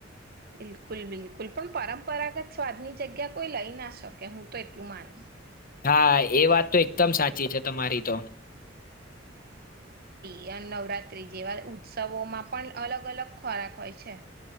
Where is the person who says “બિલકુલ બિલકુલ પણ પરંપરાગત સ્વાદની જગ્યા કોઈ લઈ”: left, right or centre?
Right